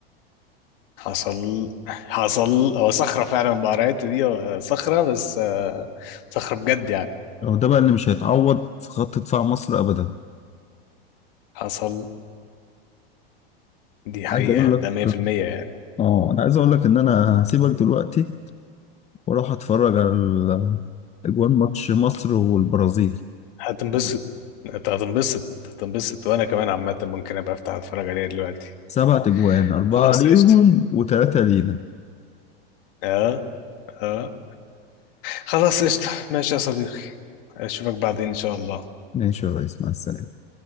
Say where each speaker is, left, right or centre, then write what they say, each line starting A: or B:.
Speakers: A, on the left; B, on the left.
A: حصل حصل هو صخرة فعلا بقرايته دي هو صخرة بس آه، صخرة بجد يعني
B: هو ده بقى اللي مش هيتعوض في خط دفاع مصر ابدا
A: حصل دي حقيقة
B: عايز اقول
A: ده 100%
B: لك
A: يعني
B: اه انا عايز اقول لك ان انا هسيبك دلوقتي واروح اتفرج على ال- اجوان ماتش مصر والبرازيل
A: هتنبسط انت هتنبسط هتنبسط وانا كمان عامة ممكن ابقى افتح اتفرج عليها دلوقتي
B: سبعة اجوان اربعة
A: خلاص
B: ليهم
A: قشطة
B: وثلاثة لينا
A: اه اه خلاص قشطة ماشي يا صديقي اشوفك بعدين ان شاء الله
B: ماشي يا ريس مع السلامة